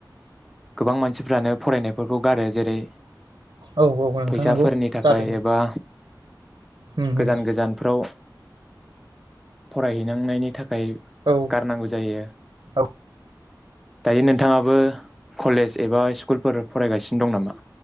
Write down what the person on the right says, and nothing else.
औ औ नोंथां
नंगौ
जादों
उम
उम
औ
औ